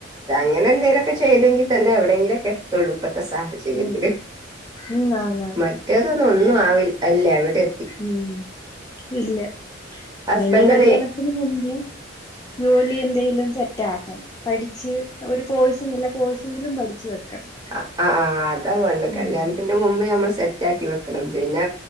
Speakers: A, on the right; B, on the left.
A: ഇങ്ങനെ എന്തേലൊക്കെ ചെയ്തെങ്കി തന്നെ എവിടെങ്കിലൊക്കെ എത്തുള്ളൂ ഇപ്പത്തെ സാഹചര്യത്തില്
B: ഉം ഉം ആന്നാന്ന്
A: മ റ്റേതു ഒന്നും ആവില്ല അല്ല അവിടെ
B: ഉം ഇല്ല
A: ഹസ്ബൻഡ്
B: അല്ലെങ്കി കല്യാണത്തിന്
A: അത്
B: മുമ്പേ ജോലി എന്തെലും സെറ്റാക്കണം പഠിച്ച് ഒരു കോഴ്സ് നല്ല കോഴ്സ്‌ <unintelligible> പഠിച്ചു വെക്കണം
A: അഹ് ആഹ് അതാ വേണ്ട് കല്യാണത്തിന്റെ
B: ഉം
A: മുമ്പ് നമ്മൾ സെറ്റാക്കി വെക്കണം പിന്നെ